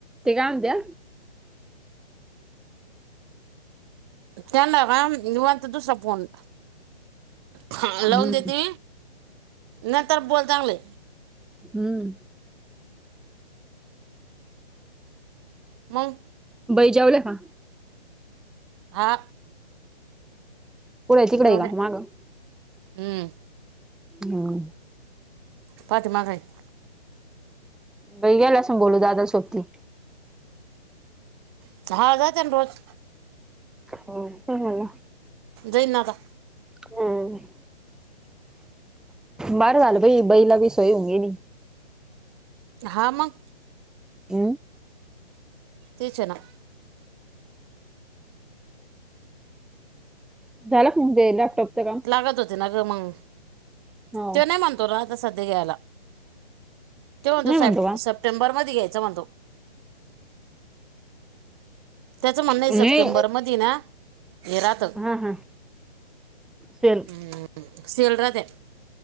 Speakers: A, in the centre; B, on the right.
A: ते काय म्हणत्या?
B: त्यांना राम निवांत दुसरा फोन. ह लावून
A: हम्म
B: देती, नंतर बोल चांगले.
A: हं.....
B: मंग
A: बाई जेवल्या का?
B: हा.
A: पुढे तिकडे
B: जाऊ
A: आहे का
B: द्या
A: मागं?
B: हम्म
A: ह.
B: पाठीमागं आहेत.
A: बाई गेल्या असं बोलू दादा सोबती.
B: <unintelligible> जात रोज
A: हो हो हो.
B: देईन आता.
A: हम्म हम्म. बरं झालं बाई बाईला बी सोय हुंगेनी.
B: हा मग.
A: ह
B: तीच ना.
A: झाला का ते लॅपटॉपचं काम
B: लागत होते ना ग मंग
A: हो
B: ते नाही म्हणतो ना सध्या घ्यायला, ते म्हणतो
A: नाही
B: सप
A: का
B: सप्टेंबर मध्ये घ्यायचा म्हणतो. त्याचं म्हणणं आहे
A: नाही
B: सप्टेंबर मधी ना हे राहतं
A: हा हा सेल
B: हम् सेल राहते.